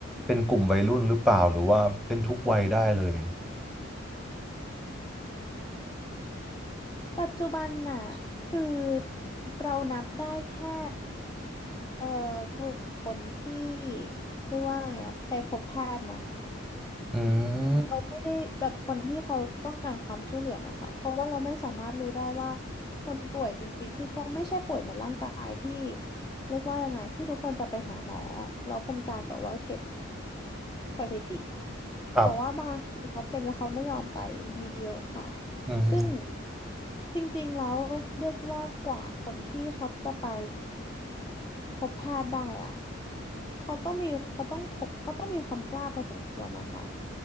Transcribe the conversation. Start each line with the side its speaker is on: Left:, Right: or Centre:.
Centre: เป็นกลุ่มวัยรุ่นหรือเปล่าหรือว่าเป็นทุกวัยได้เลย
Left: ปัจจุบันน่ะคือเรานับได้แค่เอ่อกลุ่มคนที่เรียกว่าไงอะไปพบแพทย์นะ
Centre: อืม
Left: เราไม่ได้แบบคนที่เขาต้องการความช่วยเหลือนะคะเพราะว่าเราไม่สามารถรู้ได้ว่าคนป่วยจริงๆคือเขาไม่ใช่ป่วยเหมือนร่างกายที่เรียกว่ายังไงที่ทุกคนจะไปหาหมอแล้วเป็นการแบบว่าเก็บ สถิติ
Centre: ครับ
Left: แต่ว่าบางทีเขาเป็นแล้วเขาไม่ยอมไปมีเยอะค่ะ
Centre: อืม
Left: ซึ่งจริงๆแล้วเรียกว่ากว่าคนที่เขาจะไปพบแพทย์ได้อะเขาต้องมีเขาต้องพบเขาต้องมีความกล้าพอสมควรนะคะ